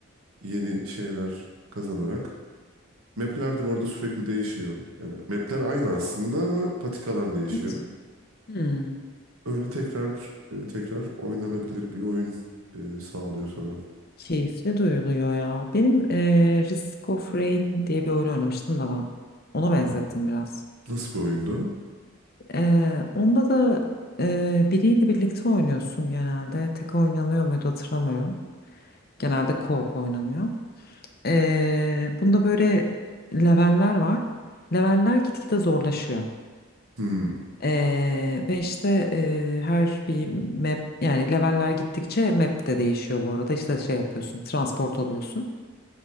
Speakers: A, on the right; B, on the left.
A: yeni şeyler kazanarak. Map'ler de bu arada sürekli değişiyor. Yani map'ler aynı aslında ama patikalar değişiyor.
B: Evet. Hı.
A: Öyle tekrar e, tekrar oynanabilir bir oyun e, sağlıyor sana.
B: Keyifli duyuluyor ya. Benim eee Risk of Rain diye bir oyun oynamıştım da ben. Ona benzettim
A: Hmm.
B: biraz.
A: Nasıl bir oyundu?
B: Ee, onda da e, biriyle birlikte oynuyorsun genelde. Tek oynanıyor muydu hatırlamıyorum. Genelde co-op oynanıyor. Ee, bunda böyle leveller var. Leveller gitgide zorlaşıyor.
A: Hmm.
B: Ee, ve işte e, her bir map yani leveller gittikçe map de değişiyor bu arada. İşte şey yapıyorsun, transport oluyorsun.